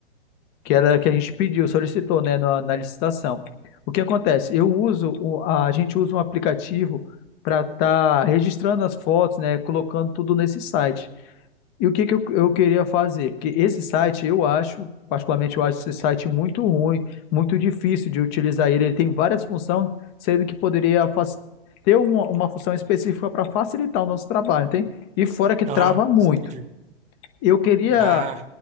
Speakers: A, on the left (about 30°); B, on the right (about 20°).
A: que ela que a gente pediu, solicitou, né, na, na licitação. O que acontece? Eu uso, o- a gente usa um aplicativo para estar registrando as fotos, né, colocando tudo nesse site. E o que que eu, eu queria fazer? Porque esse site, eu acho, particularmente, eu acho esse site muito ruim, muito difícil de utilizar ele. Ele tem várias funções, sendo que poderia fac- ter uma, uma função específica para facilitar o nosso trabalho, tem? E fora que trava
B: Aham,
A: muito.
B: entendi.
A: Eu queria
B: Ah,